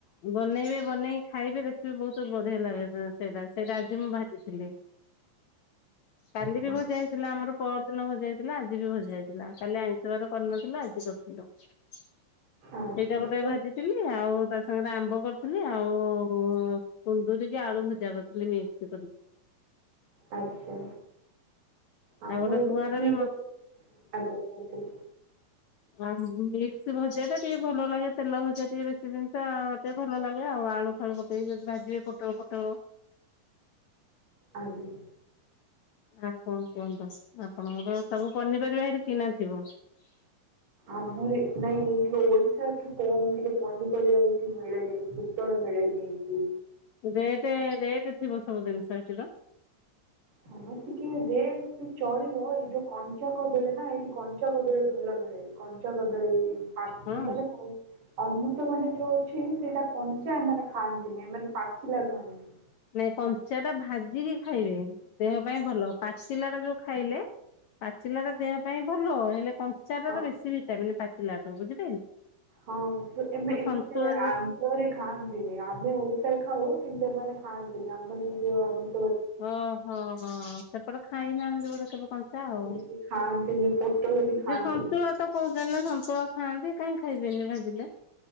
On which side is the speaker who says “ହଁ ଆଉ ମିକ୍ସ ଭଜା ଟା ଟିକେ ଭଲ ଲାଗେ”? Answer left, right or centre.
Left